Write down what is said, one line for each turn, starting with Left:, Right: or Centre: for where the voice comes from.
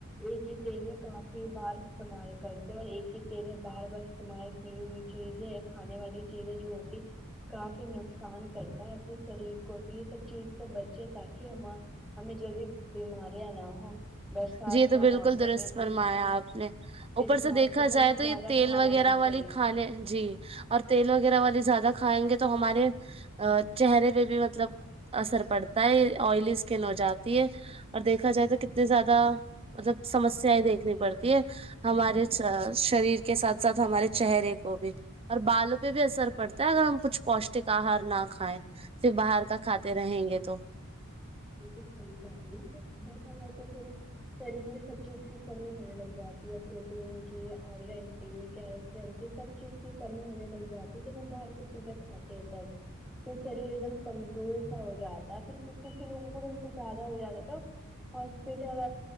Centre: ایک ہی تیل میں کافی بار استعمال کرتے اور ایک ہی تیل میں بار بار استعمال کی ہوئی چیزیں کھانے والی چیزیں جو ہوتی کافی نقصان کرتا ہے اپنے شریر تی یہ سب چیز سے بچے تاکہ ہم ہمیں جلدی بیماریاں نہ ہوں برسات
Right: جی تو
Centre: کا
Right: بالکل
Centre: موسم
Right: درست
Centre: ہے
Right: فرمایا
Centre: اس موسم
Right: آپ نے اوپر
Centre: اس موسم
Right: سے دیکھا
Centre: میں
Right: جائے
Centre: بھی
Right: تو
Centre: زیادہ
Right: یہ تیل
Centre: کھانا
Right: وغیرہ
Centre: نہیں
Right: والی
Centre: چاہیے
Right: کھانے جی اور تیل وغیرہ والی زیادہ کھائیں گے تو ہمارے ا چہرے پہ بھی مطلب اثر پڑتا ہے آئلی اسکن ہو جاتی ہے اور دیکھا جائے تو کتنی زیادہ مطلب سمسیائیں دیکھنی پڑتی ہے ہمارے شریر کے ساتھ ساتھ ہمارے چہرے کو بھی اور بالوں پہ بھی اثر پڑتا ہے اگر ہم کچھ پوشٹک آہار نہ کھائیں پ باہر کا کھاتے رہیں گے تو
Centre: بالکل صحیح کہیال رہی دیکھا جائے تو پھر شریر میں سب چیز کی کمی ہونے لگ جاتی ہے ین کی آئرن کی کیلشیم کی سب چیز کی کمی ہونے لگ جاتی ہے جب ہم باہر کی چیزیں کھاتے تب پھر شریر ایک دم کمزور سا ہو جاتا ہے پھر کسی لوگوں کو تو زیادہ ہو جاتا تو ہاسپٹل